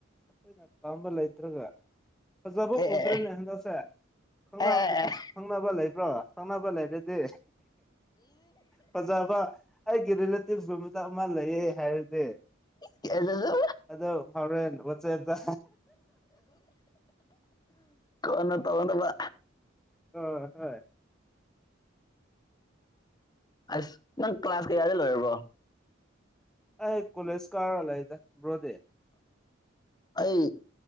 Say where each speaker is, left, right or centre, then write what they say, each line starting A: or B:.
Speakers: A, in the centre; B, on the left.
A: ꯑꯩꯈꯣꯏꯅ ꯄꯥꯝꯕ ꯂꯩꯇ꯭ꯔꯒ ꯐꯖꯥꯕꯣ
B: ꯑꯦ
A: ꯎꯗ꯭ꯔꯔꯤꯅꯦ ꯍꯟꯖꯥꯁꯦ ꯈꯪ
B: ꯑꯦ
A: ꯅꯨꯄꯤ ꯈꯪꯕ ꯂꯩꯥꯏꯕ ꯄ꯭ꯔꯣ ꯆꯃꯕ ꯂꯩꯥꯏꯗꯗꯤ ꯐꯖꯕ ꯑꯩꯒꯤ ꯔꯤꯂꯦꯇꯤꯞꯁꯀꯨꯝ ꯃꯆꯥꯛ ꯑꯃ ꯂꯩꯌꯦ ꯍꯥꯏꯔꯗꯤ
B: ꯀꯗꯖ
A: ꯑꯗꯣ ꯐꯥꯎꯔꯦꯟ ꯋꯥꯠꯆꯦꯠꯇ
B: ꯀꯅ ꯇꯉꯗ
A: ꯑ ꯍꯣꯏ
B: ꯑꯁ ꯅꯪ ꯀ꯭ꯂꯥꯁ ꯀꯌꯥꯗ ꯂꯣꯏꯔꯕꯣ
A: ꯑꯩ ꯀꯣꯂꯦꯁ ꯀꯥ ꯑꯂ ꯏ ꯭ꯔꯣꯗꯦ
B: ꯑꯩ